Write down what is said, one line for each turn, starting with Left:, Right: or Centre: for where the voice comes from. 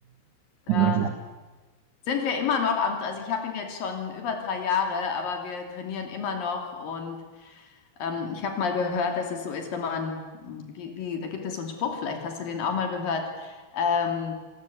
Left: da
Right: Ja, das ist
Left: Sind wir immer noch am, also ich habe ihn jetzt schon über drei Jahre, aber wir trainieren immer noch und ähm, ich habe mal gehört, dass es so ist, wenn man, wie, wie, da gibt es so einen Spruch, vielleicht hast du den auch mal gehört, ähm,